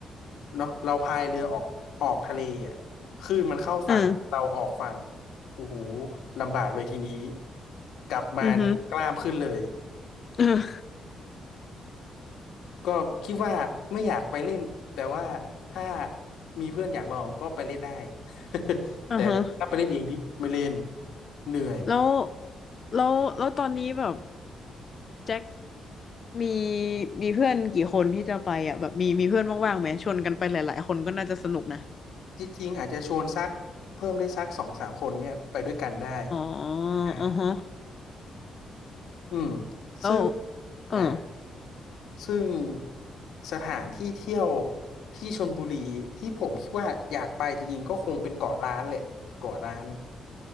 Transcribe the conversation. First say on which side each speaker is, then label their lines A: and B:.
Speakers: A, on the left; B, on the left.
A: เนาะเราพายเรือออกออกทะเลอ่ะคลื่นมันเข้าฝั่งเราออกฝั่ง
B: อืม
A: โอ้โหลำบากเลยทีนี้กลับมานี่กล้ามขึ้นเลย
B: อือฮึ <laughs> อือ
A: <laughs> ก็คิดว่าไม่อยากไปเล่นแต่ว่าถ้ามีเพื่อนอยากลองก็ไปเล่นได้ <laughs>
B: อฮะ
A: แต่ถ้าไปเล่นเองนี่ไม่เล่นเหนื่อย
B: แล้วแล้วแล้วตอนนี้แบบแจ็ค มีมีเพื่อนกี่คนที่จะไปอ่ะแบบมีมีเพื่อนว่างๆไหมชวนกันไปหลายๆคนก็น่าจะสนุกนะ
A: จริงๆอาจจะชวนสักเพิ่มได้สักสองสามคนเนี่ยไปด้วยกันได้
B: อ๋อ
A: ใช่
B: อือฮะ
A: อืม
B: แล้ว
A: ซึ่ง
B: เออ
A: อ่า ซึ่งสถานที่เที่ยวที่ชลบุรีที่ผมคิดว่าอยากไปจริงๆก็คงเป็นเกาะล้านแหละเกาะล้าน